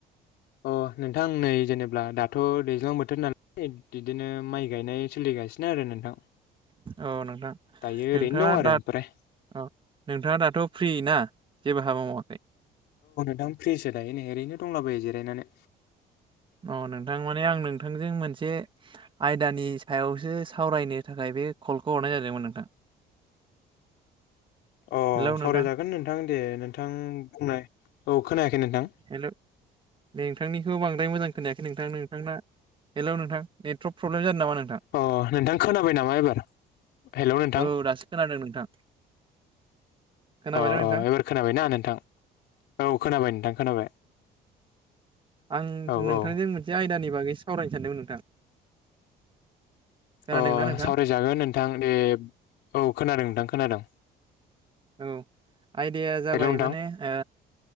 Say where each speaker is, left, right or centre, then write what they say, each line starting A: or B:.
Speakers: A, on the left; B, on the right.
A: अ नोंथां नै जेनेब्ला दाथ' दैज्लां बोथोर नालाय बिदिनो माइ गायनाय सोलि गासिनो आरो नोंथां
B: औ नोंथां
A: दायो
B: नोंथाङा
A: ओरैनो दं आरो
B: दा
A: ओमफ्राय
B: अ नोंथाङा दाथ' फ्रि ना जेबो हाबा मावाखै।
A: ओम फ्रिसो दायो नै ओरैनो दङ। जिरायनानै
B: औ नोंथां माने आं नोंथांजों मोनसे आयदानि सायावसो सावरायनो थाखाय बे कलखौ हरनाय जादोंमोन नोंथां
A: अ
B: हेलौ
A: सावरायजागोन
B: नोंथां
A: नोंथां दे नोंथां बुंनाय औ खोनाया खै नोंथां
B: हेलौ नोंथांनिखौ बांद्राय मोजां खोनायाखै नोंथां नोंथांना हेलौ नोंथां नेटवर्क प्रब्लेम जादों नामा नोंथां
A: अ नोंथां खोनाबाय नामा एबार? हेल' नोंथां
B: औ दासो खोनादों नोंथां खोनाबायना
A: अ
B: नोंथां
A: अ एबार खोनाबायना नोंथां औ खोनाबाय नोंथां खोनाबाय
B: आं
A: औ
B: नोंथांजों
A: औ
B: मोनसे आयदानि बागै सावरायनो सानदोंमोन नोंथां खोनादोंना
A: अ
B: नोंथां
A: सावरायजागोन नोंथां ए औ खोनादों नोंथां खोनादों
B: औ आइदाया जाबाय
A: हेल' नोंथां
B: माने ओ